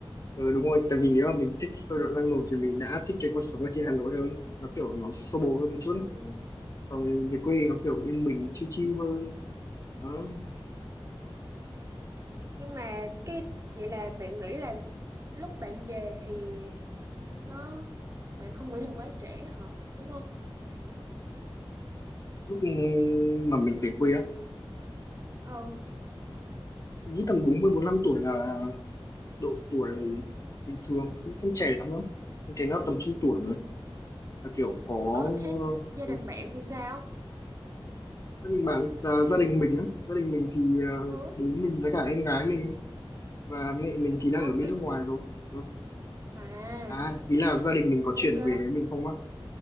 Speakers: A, on the left; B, on the right.
A: ừ, đúng rồi tại vì nếu mà mình thích sôi động năng nổ thì mình đã thích cái cuộc sống ở trên Hà Nội hơn nó kiểu nó xô bồ hơn
B: ừ.
A: một chút ấy. còn về quê nó kiểu yên bình nó chill chill hơn đó
B: nhưng mà cái vậy là bạn nghĩ là lúc bạn về thì nó bạn không nghĩ là quá trễ hả đúng không
A: lúc mà mình về quê á
B: ờ
A: mình nghĩ tầm bốn mươi bốn 45 tuổi là độ tuổi bình thường cũng không trẻ lắm đâu Em thấy nó tầm trung tuổi rồi là kiểu có
B: ờ thế gia
A: ừ,
B: đình bạn thì sao
A: gia đình bạn à, gia đình mình á gia đình mình thì à,
B: ừ
A: bố mình với cả em gái mình và mẹ mình thì
B: không
A: đang ở bên
B: ít
A: nước ngoài rồi Ừ.
B: à
A: à ý là gia đình mình có
B: ok
A: chuyển về với mình không á